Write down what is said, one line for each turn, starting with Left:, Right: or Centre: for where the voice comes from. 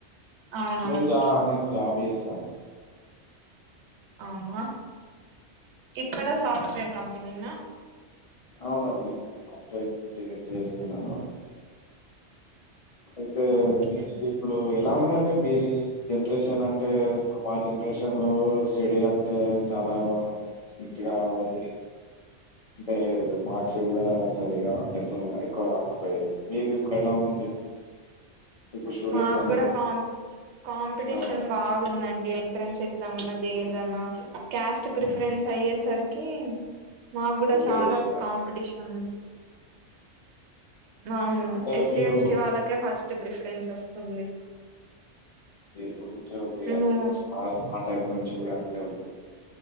Right: అవునవును
Left: నేను జా నేను జాబ్ పిఎస్ ఆ
Right: అవునా ఎక్కడ సాఫ్ట్వేర్ కంపెనీనా
Left: అవునండి అఫ్టర్ ఇంటి నించే చేస్తున్నాను అయితే
Right: ఓకే
Left: మీ జిల్
Right: అండి
Left: ఇప్పుడు ఎలా ఉందండి మీ జనరేషన్ అంటే ఇప్పుడు మా జనరేషన్ లో స్టడీ అంటే చాలా స్ట్రిక్ట్ గా అది అంటే మార్క్స్ కూడా సరిగా డిప్లొమా ఎక్కువ రాకపోయేది మీకు ఇప్పుడు ఎలా ఉంది ఇప్పుడు స్టూడెంట్స్
Right: మాకు
Left: అందరూ
Right: కూడా కాం కాంపిటీషన్
Left: ఆ!
Right: బాగ ఉదండి ఎంట్రెన్స్ ఎగ్జామ్ అన్నది ఏది అన్నా క్యాస్ట్ ప్రిఫరెన్స్
Left: అవును.
Right: అయ్యేసరికి మాకు కూడా
Left: రిజర్వేషనా?
Right: చాలా కాంపిటీషన్ ఉంది అవును
Left: అంటే
Right: ఎస్సీ
Left: మీరు
Right: ఎస్టీ వాళ్ళకే ఫస్ట్ ప్రిఫరెన్స్ వస్తుంది
Left: ఎప్పుడు నుంచే ఉంది
Right: మేము
Left: అది ఫస్ట్ మా మా టైం నుంచి కూడా అంతే ఉంది